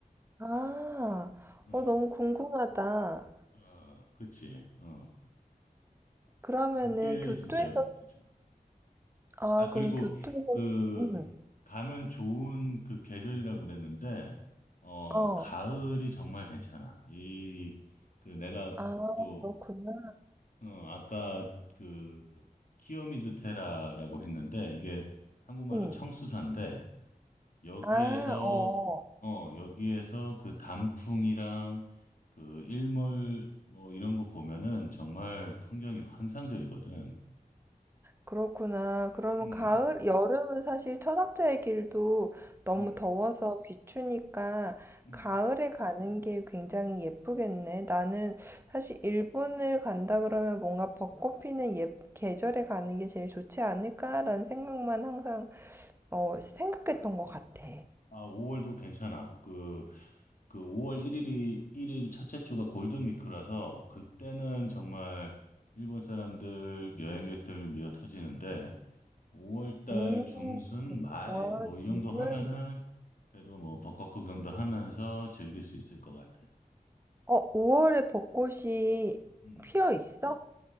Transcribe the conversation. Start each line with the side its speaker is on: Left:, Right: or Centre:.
Right: 아,
Left: 응,
Right: 어, 너무 궁금하다.
Left: 어, 그치. 어,
Right: 그러면은
Left: 그게
Right: 교토에서
Left: 진짜 괜찮아.
Right: 아
Left: 아 그리고
Right: 그럼 교토에서
Left: 그
Right: 음.
Left: 가면 좋은 그 계절이라 그랬는데 어,
Right: 어.
Left: 가을이 정말 괜찮아. 이, 그, 내가
Right: 아
Left: 또,
Right: 그렇구나.
Left: 어, 아까 그, 키요미즈테라라고 했는데, 이게 한국말로
Right: 음.
Left: 청수사인데, 여기에서,
Right: 아 어
Left: 어, 여기에서 그 단풍이랑 그 일몰 뭐 이런 거 보면은 정말 풍경이 환상적이거든.
Right: 그렇구나. 그러면
Left: 음,
Right: 가을 여름은 사실 철학자의 길도 너무
Left: 음,
Right: 더워서 비추니까
Left: 음.
Right: 가을에 가는 게 굉장히 예쁘겠네. 나는
Left: 어.
Right: 사실 일본을 간다 그러면 뭔가 벚꽃 피는 예, 계절에 가는 게 제일 좋지 않을까라는 생각만 항상 어, 생각했던 것 같아.
Left: 아, 5월도 괜찮아. 그, 그 5월 1일이 1일 첫째 주가 골든 위크라서 그때는 정말 일본 사람들 여행객들 미어 터지는데 5월 달
Right: 음.
Left: 중순 말
Right: 와,
Left: 뭐 이
Right: 정말.
Left: 정도 하면은 그래도 뭐 벚꽃 구경도 하면서 즐길 수 있을 것 같아.
Right: 어, 5월에 벚꽃이
Left: 음.
Right: 피어 있어?